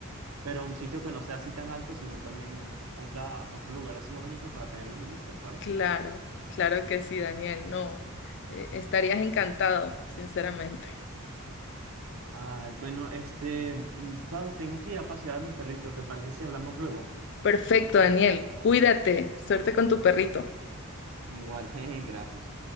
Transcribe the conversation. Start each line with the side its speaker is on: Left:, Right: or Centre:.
Right: Pero un sitio que no sea así tan alto, sino también otra, otro lugar así bonito para tenerlo en mi lista, ¿cuál?
Left: Claro, claro que sí, Daniel. No, eh, estarías encantado, sinceramente.
Right: Ay, bueno, este, mm, sabes, tengo que ir a pasear a mi perrito, ¿te parece si hablamos luego?
Left: Perfecto, Daniel. Cuídate. Suerte con tu perrito.
Right: Igual, <laughs> jeje, gracias.